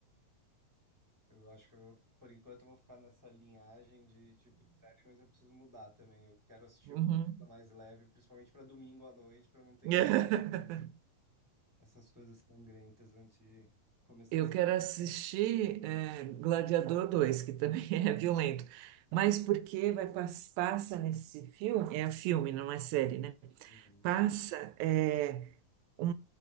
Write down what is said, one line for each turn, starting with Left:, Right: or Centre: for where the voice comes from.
Centre: Eu acho que eu vou- por enquanto eu vou ficar nessa linhagem de tipo de série, mas eu preciso mudar também. Eu quero assistir
Right: uhum,
Centre: alguma
Right: uhum.
Centre: coisa mais leve, principalmente para domingo à noite, para não ter
Right: <laughs>
Centre: que ass- essas coisas sangrentas antes de começar.
Right: Eu
Centre: a assistir.
Right: quero assistir eh, Gladiador 2, que também <laughs> é violento. Mas porque vai pas- passa nesse filme? É filme, não é série, né?
Centre: Uhum.
Right: Passa eh, um-